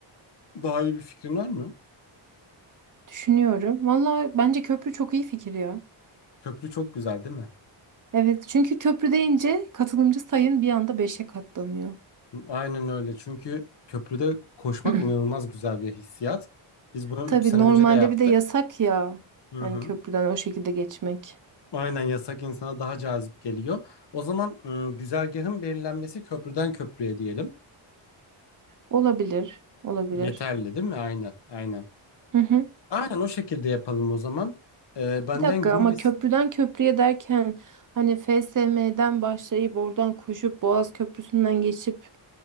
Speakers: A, on the left; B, on the right.
A: daha iyi bir fikrin var mı?
B: Düşünüyorum. Valla bence köprü çok iyi fikir ya.
A: Köprü çok güzel değil mi?
B: Evet çünkü köprü deyince katılımcı sayın bir anda beşe katlanıyor.
A: Aynen öyle. Çünkü köprüde koşmak
B: <clears throat>
A: inanılmaz güzel bir hissiyat. Biz bunu
B: Tabii
A: 3 sene
B: normalde
A: önce de yaptık.
B: bir de yasak ya.
A: Hı
B: Hani
A: hı.
B: köprüden o şekilde geçmek.
A: Aynen yasak insana daha cazip geliyor. O zaman ım, güzergahın belirlenmesi köprüden köprüye diyelim.
B: Olabilir. Olabilir.
A: Yeterli değil mi? Aynen, aynen.
B: <laughs>
A: Aynen o şekilde yapalım o zaman. Ee, benden
B: Bir dakika
A: Gümbes
B: ama köprüden köprüye derken hani FSM'den başlayıp oradan koşup Boğaz Köprüsü'nden geçip